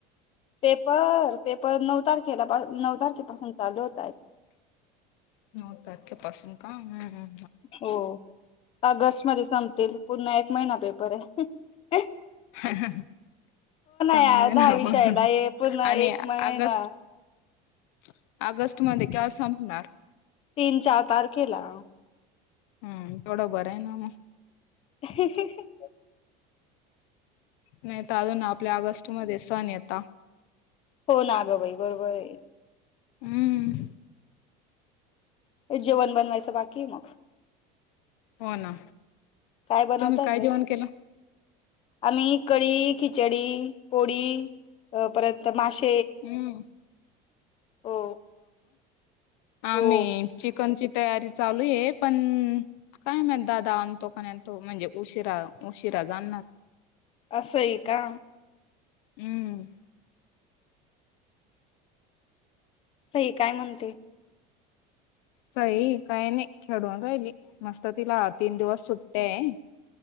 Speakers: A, on the left; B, on the left.
A: पेपर पेपर नऊ तारखेला नऊ तारखेपासून चालू होत आहेत.
B: नऊ तारखेपासून का ह, ह.
A: हो. ऑगस्ट मध्ये संपतील. पुन्हा एक महिना पेपर हाय.
B: ह, ह. चांगलं
A: यार
B: हेना
A: दहा विषयाला
B: मग
A: आहे पुन्हा
B: आणि
A: एक महिना
B: अगस्ट -- ऑगस्ट मध्ये केव्हा संपणार?
A: तीन -चार तारखेला.
B: हम्म. तेवढं बरं आहे ना मग.
A: हे हे हे.
B: नाही तर अजून आपल्या ऑगस्ट मध्ये सण येता.
A: हो ना गं बाई बरोबर आहे.
B: हम्म.
A: जेवण बनवायचं बाकी आहे मग
B: हो ना.
A: काय बनवतायत
B: तुम्ही काय
A: बाई?
B: जेवण केलं?
A: आम्ही कडी, खिचडी, पोडी परत माश --
B: हम्म.
A: हो
B: आणि
A: हो
B: चिकनची तयारी चालू यं पण काय माहित दादा आणतो का नाही आणतो म्हणजे, उशिरा उशिरा जाणार.
A: असय का?
B: हम्म.
A: सई काय म्हणते?
B: सई काही नाही खेडुन राहिली. मस्त तिला तीन दिवस सुट्टी हाययं.